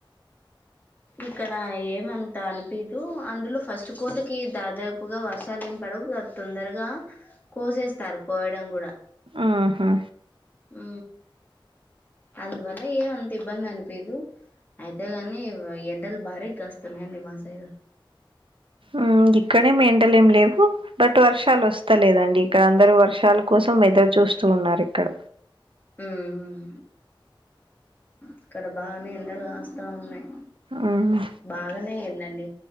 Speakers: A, on the left; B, on the right.
A: ఇక్కడ ఏమంత అనిపీదూ అందులో ఫస్ట్ కోతకి దాదాపుగా వర్షాలు ఏం పడవు గ తొందరగా కోసేస్తారు కోయడం గూడా
B: ఆహా
A: ఊ అందువల్ల ఏమంత ఇబ్బంది అనిపీదు అయితే గానీ వ ఎండలు భారీ కాస్తున్నాయండి మా సైడు
B: ఉమ్ గిక్కడే మేంటలు ఏం లేవు బట్ వర్షాలు వస్తలేదండి ఇక్కడ అందరూ వర్షాల కోసం ఎదురు చూస్తూ ఉన్నారు ఇక్కడ
A: ఉమ్ ఇక్కడ బానే ఎండలు గాస్తా ఉన్నాయి
B: ఆవును
A: బాగనే అయిందండి